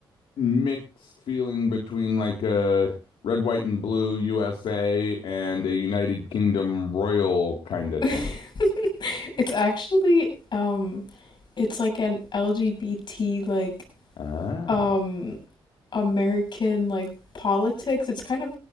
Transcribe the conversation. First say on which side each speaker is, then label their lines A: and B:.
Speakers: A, on the left; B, on the left.
A: mixed feeling between like a red, white, and blue USA and a United Kingdom royal kind of
B: <laughs>
A: thing.
B: It's actually um it's like an LGBT like
A: Ah,
B: um American like politics. It's kind of